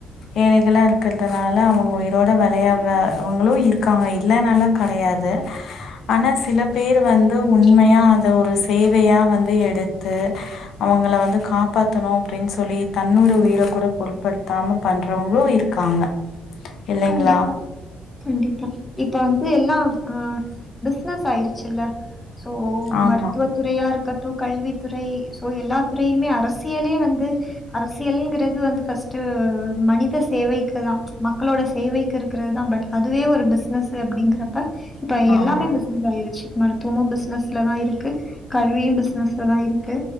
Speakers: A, on the left (about 70°); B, on the left (about 15°).
A: ஏழைகளா இருக்கற்துனால அவங்க உயிரோட வெளையாட்ற அவங்களு இருக்காங்க இல்லன்னுலா கெடையாது ஆனா சில பேர் வந்து உண்மையா அத ஒரு ச தேவையா வந்து எடுத் த்து அவங்கள வந்து காப்பாத்தணு அப்டின்னு சொல்லி தன்னோட உயிரக் கூட பொருட்படுத்தாம பண்றவங்களு இருக்காங்க இல்லைங்களா
B: கண்டிப்பா கண்டிப்பா இப்ப வந்து எல்லாம் ஆ பிஸ்னஸ் ஆயிரு ச்சில்ல சோ
A: ஆமா,
B: மருத்துவ துறையா இருக்கட்டு கல்வித் துறை சோ எல்லா துறையுமே அரசியலே வந்து து அரசியல்ங்கிறது வந்து பஃஸ்டு மனித ச சேவைக்குதா மக் மக்களோட சேவைக்கு இருக்கறது தா பட் அதுவே ஒரு பிஸ்னஸ் அப்படிங்கறப்ப இப்ப
A: ஆமா,
B: எல்லாமே பிஸ்னஸ் ஆயிருச்சு மருத்துவமு பிஸ்னஸ்ல தா இருக்கு கல்வியு பிஸ்னஸ் லதா இருக்கு